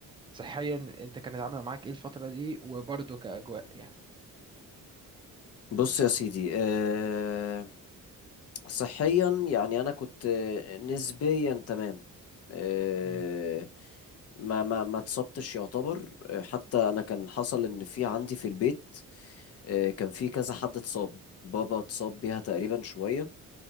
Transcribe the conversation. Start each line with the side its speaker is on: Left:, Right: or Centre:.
Right: صحيا انت كانت عامله معاك ايه الفتره دي وبرضه كاجواء يعني
Left: <laughs> بص يا سيدي آه صحيا يعني انا كنت آه، نسبيا تمام آه،
Right: مم،
Left: ما ما ما اتصبتش يعتبر آه، حتى انا كان حصل ان في عندي في البيت آه، كان في كذا حد اتصاب بابا اتصاب بيها تقريبا شوية